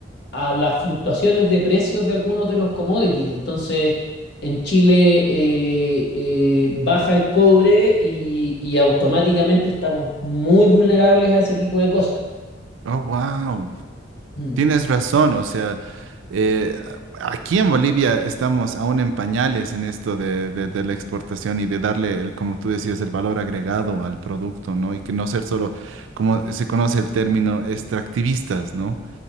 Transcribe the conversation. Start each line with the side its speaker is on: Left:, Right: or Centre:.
Left: a las fluctuaciones de precios de algunos de los commodities. Entonces, en Chile eh, eh, baja el cobre y, y automáticamente estamos muy vulnerables a ese tipo de cosas.
Right: Oh, wow.
Left: Mm.
Right: Tienes razón, o sea, eh, aquí en Bolivia estamos aún en pañales en esto de, de- de la exportación y de darle, el, como tú decías, el valor agregado al producto, ¿no? Y que no ser solo, como se conoce el término, extractivistas, ¿no?